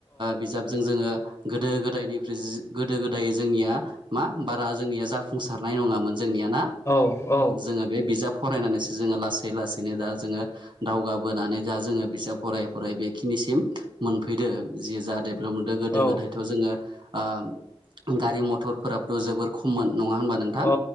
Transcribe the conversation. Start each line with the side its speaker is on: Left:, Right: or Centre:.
Right: बिजाबजों जोङो गोदो गोदायनिफ्राय गोदो गोदाय जोंनिया मा बारा जोंनिया जाफुंसारनाय नङामोन जोंनिया ना
Left: औ
Right: जोङो बे बिजाब फरायनानैसो जोङो लासै लासैनो दा जोङो दावगाबोनानै जा जोङो बिजाब फराय फराय बेखिनिसिम मोनफैदो जि जाहाथे मोनदों गोदो
Left: औ
Right: गोदाय जोङो गारि मथराबोथ' जोबोर खममोन नङा होनबा नों दा
Left: औ